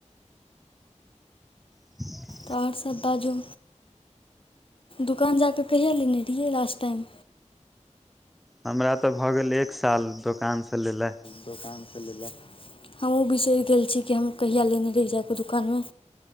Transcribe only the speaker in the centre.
<inaudible>
हमरा तऽ भऽ गेल एक साल दोकानसँ लेला।